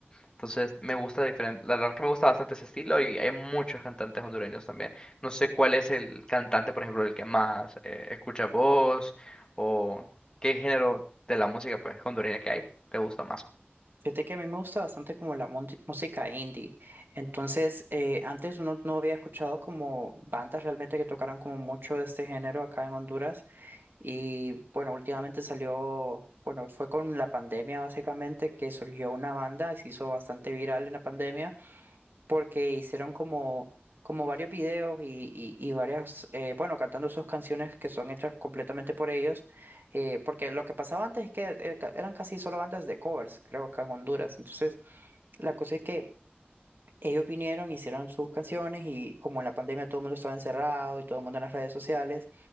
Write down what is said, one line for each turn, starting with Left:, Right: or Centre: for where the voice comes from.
Left: entonces me gusta diferente, la verdad que me gusta bastante ese estilo y hay muchos cantantes hondureños también, no sé cuál es el cantante, por ejemplo, el que más eh, escucha voz o qué género de la música pues hondureña que hay te gusta más.
Right: Fíjate que a mí me gusta bastante como la mun- música indie. Entonces, eh, antes uno no había escuchado como bandas realmente que tocaran como mucho de este género acá en Honduras. Y bueno, últimamente salió, bueno, fue con la pandemia básicamente que surgió una banda, se hizo bastante viral en la pandemia porque hicieron como, como varios videos y, y, y varias, eh, bueno, cantando sus canciones que son hechas completamente por ellos, eh, porque lo que pasaba antes es que eh, ca- eran casi solo bandas de covers, creo que en Honduras. Entonces, la cosa es que ellos vinieron, hicieron sus canciones y como en la pandemia todo el mundo estaba encerrado y todo el mundo en las redes sociales.